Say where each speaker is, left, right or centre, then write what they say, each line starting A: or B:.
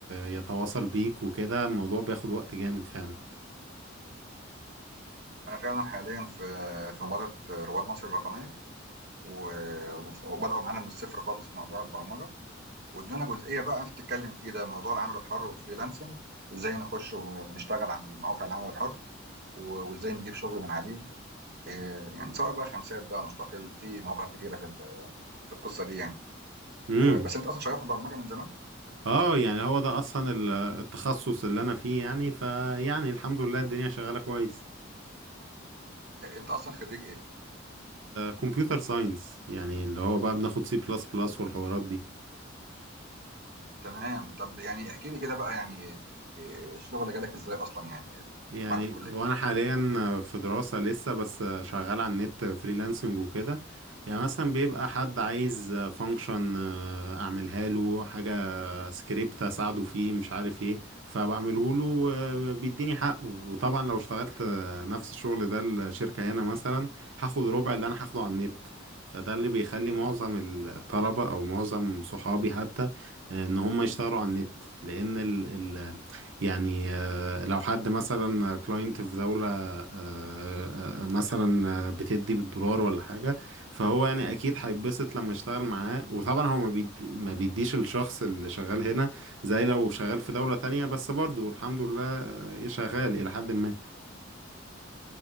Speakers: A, on the right; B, on the right.
A: يتواصل بيك وكده الموضوع بياخد وقت جامد فعلا
B: انا فعلا حاليا في في مبادره رواد مصر الرقميه و- وبداوا معانا من الصفر خالص في موضوع البرمجه وادونا جزئيه بقى انت بتتكلم فيه ده موضوع العمل الحر والفريلانسنج ازاي نخش ونشتغل على المواقع العمل الحر و- وازاي نجيب شغل من عليه إيه يعني سواء بقى خمسات بقى مستقل في مواقع كتيره في ال- في القصه دي يعني
A: امم
B: و- بس انت اصلا شغال في البرمجه من زمان
A: اه يعني هو ده اصلا ال- التخصص اللي انا فيه يعني فيعني الحمد لله الدنيا شغالة كويس
B: إيه، انت اصلا خريج ايه
A: كمبيوتر ساينس يعني اللي هو بقى بناخد سي بلس بلس والحوارات دي
B: تمام طب يعني احكي لي كده بقى يعني إيه، الشغل جالك ازاي اصلا يعني
A: يعني
B: بعد الكليه
A: هو انا حاليا في دراسة لسه بس شغال على النت فريلانسنج وكده يعني مثلا بيبقى حد عايز فانكشن اعملها له حاجة سكريبت اساعده فيه مش عارف ايه فبعمله له آه، بيديني حقه وطبعا لو اشتغلت آه، نفس الشغل ده الشركة هنا مثلا هاخد ربع اللي انا هاخده على النت فده اللي بيخلي معظم الطلبة او معظم صحابي حتى آه، ان هم يشتغلوا على النت لان ال ال يعني آه، لو حد مثلا كلاينت في دولة آه، آه، مثلا آه، بتدي بالدولار ولا حاجة فهو يعني اكيد هيتبسط لما يشتغل معاه وطبعا هو ما بيد... ما بيديش الشخص اللي شغال هنا زي لو شغال في دولة تانية بس برضه الحمد لله شغال الى حد ما